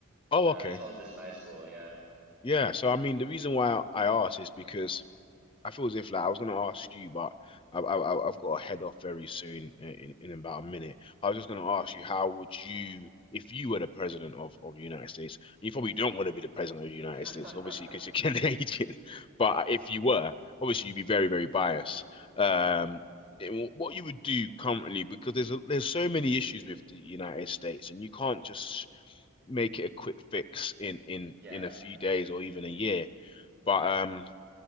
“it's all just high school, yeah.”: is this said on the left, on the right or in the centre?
Right